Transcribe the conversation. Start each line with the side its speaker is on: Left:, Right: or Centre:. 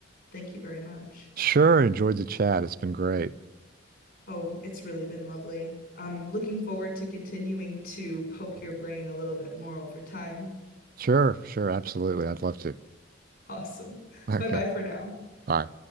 Left: thank you very much.
Right: Sure. Enjoyed the chat. It's been great.
Left: Oh, it's really been lovely. I'm looking forward to continuing to poke your brain a little bit more over time.
Right: Sure, sure, absolutely. I'd love to.
Left: Awesome. <laughs>
Right: <laughs> Okay.
Left: Bye bye for now.
Right: Bye.